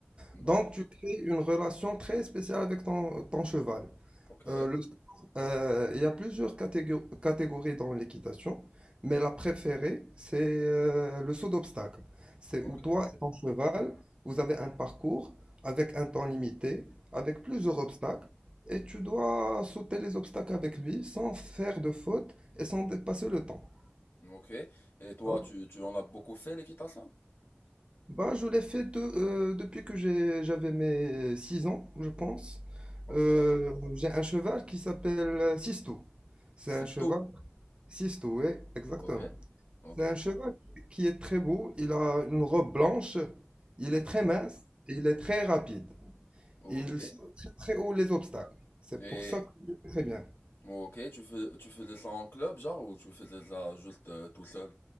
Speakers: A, on the left (about 65°); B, on the right (about 25°).
A: D'accord.
B: Donc, tu crées une relation très spéciale avec ton, ton cheval.
A: Ok,
B: Euh, le sport, euh, il y a plusieurs catégo- catégories dans l'équitation, mais la préférée, c'est euh, le saut d'obstacle. C'est
A: ok.
B: où toi et ton cheval, vous avez un parcours avec un temps limité, avec plusieurs obstacles, et tu dois sauter les obstacles avec lui sans faire de faute et sans dépasser le temps.
A: Ok. Et toi,
B: D'accord.
A: tu, tu en as beaucoup fait l'équitation?
B: Bah, je l'ai fait de- euh, depuis que j'ai- j'avais mes 6 ans, je pense.
A: Ok.
B: Euh, j'ai un cheval qui s'appelle Sisto. C'est
A: C'est
B: un cheval
A: tout.
B: Sisto, oui, exactement.
A: Ok. Ok.
B: C'est un cheval qui est très beau, il a une robe blanche, il est très
A: D'accord.
B: mince et il est très rapide.
A: Ok.
B: Il saute très très haut les obstacles. C'est
A: Et
B: pour ça que je le fais très bien.
A: ok, tu fais, tu faisais ça en club, genre, ou tu faisais ça juste euh, tout seul?